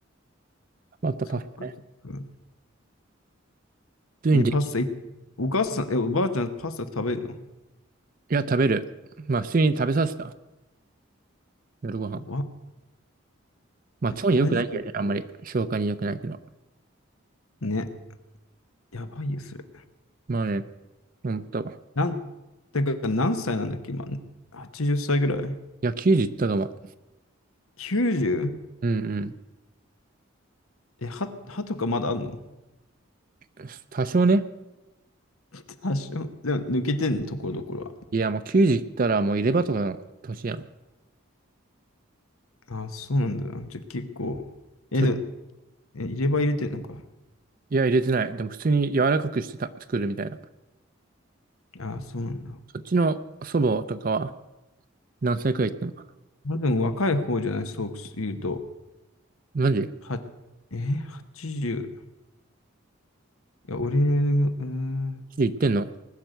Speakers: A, on the right (about 40°); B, on the left (about 85°).
A: パパッとパスタね。
B: そっかそっか。
A: 普通にでき
B: え、パスタい、お母さん、え、おばあちゃん、パスタ食べるの
A: いや、食べる。まあ、普通に食べさせた。夜ご飯。
B: 怖っ。
A: まあ、
B: お前大丈夫
A: 腸に良くないけどね、あんまり。消化に良くないけど。
B: ね。やばいよ、それ。
A: まあね、思っんと。
B: なん、てか、何歳なんだっけ、今。80歳ぐらい
A: いや、9時いったかも。
B: ?90?
A: うん
B: え、歯、歯とかまだあんの
A: うん。多少ね。
B: <laughs> 多少。でも、抜けてんの、ところどころは。
A: いや、もう9時いったらもう入れ歯とかの年やん。
B: ああ、そうなんだな。じゃあ、結構。え、
A: ちょ、
B: でも、
A: い
B: え、入れ歯入れてんのか。
A: や、入れてない。でも普通に柔らかくしてた、作るみたいな。
B: ああ、そうなんだ。
A: そっちの祖母とかは何歳くらい行ってんの
B: まあ、でも、若い方じゃない、そう言うと。
A: マジ
B: は、えー、80。いや、俺が、うーん。
A: 言ってんの